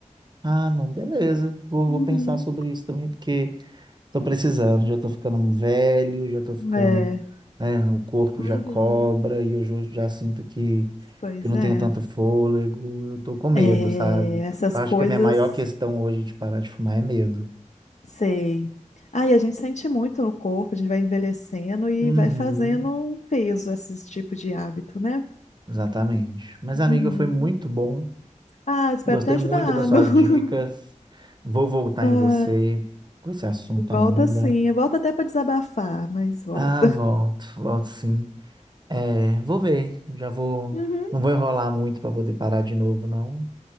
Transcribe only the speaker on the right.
Ah, não, beleza. Vou, vou
pensar sobre isso também, porque tô precisando, já tô ficando velho, já tô ficando,
né, o corpo
já cobra e eu jo- já sinto que,
que eu não
tenho tanto fôlego, eu tô com medo,
sabe?
Eu
acho que a minha maior questão hoje de parar de fumar é medo.
Uhum,
exatamente. Mas,
amiga, foi muito bom.
Gostei
muito das suas
dicas. Vou voltar
em você com esse assunto
ainda.
Ah, volto, volto sim. É, vou ver. Já vou.
Não vou enrolar muito para poder parar de novo, não.